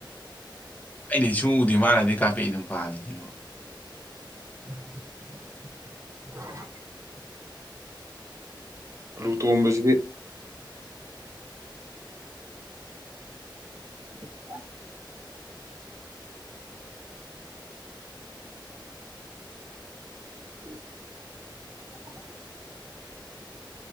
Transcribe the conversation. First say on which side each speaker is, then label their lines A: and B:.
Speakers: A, on the left (about 20°); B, on the right (about 40°).
A: ꯑꯩꯗꯤ ꯁꯨꯉꯨꯗꯦ ꯃꯥꯥꯟꯅꯗꯩ ꯀꯥꯞꯄꯛꯏ ꯑꯗꯨꯝ ꯄꯥꯜꯂ ꯁꯤꯕꯣ
B: <unintelligible> ꯑꯂꯨ ꯇꯣꯝꯕꯁꯤꯗꯤ <unintelligible> <unintelligible> <unintelligible>